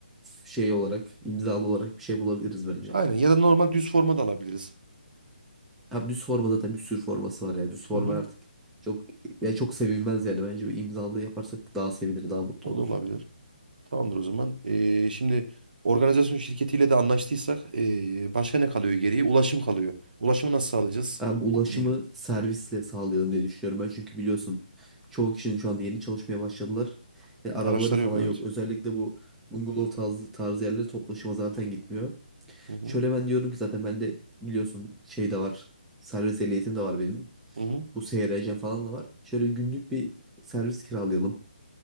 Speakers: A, in the centre; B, on the right.
A: şey olarak, imzalı olarak bir şey bulabiliriz bence.
B: Aynen ya da normal düz forma da alabiliriz.
A: Abi düz forma zaten bir sürü forması var ya. Düz forma
B: Hı hı.
A: artık çok ya çok sevilmez yani. Bence bir imzalı yaparsak daha sevinir, daha mutlu
B: O
A: olur.
B: da olabilir. Tamamdır o zaman. Eee, şimdi organizasyon şirketiyle de anlaştıysak eee, başka ne kalıyor geriye? Ulaşım kalıyor. Ulaşımı nasıl sağlayacağız?
A: Ben ulaşımı
B: O, iyi.
A: servisle sağlayalım diye düşünüyorum ben. Çünkü biliyorsun çoğu kişinin şu anda yeni çalışmaya başladılar. E, arabaları
B: Araçları
A: falan
B: yok evet.
A: yok. Özellikle bu bungalov tarzı, tarzı yerlere toplu taşıma zaten gitmiyor.
B: Hı hı.
A: Şöyle ben diyorum ki zaten ben de biliyorsun şey de var. Servis ehliyetim de var benim.
B: Hı hı.
A: Bu seyir falan da var. Şöyle günlük bir servis kiralayalım.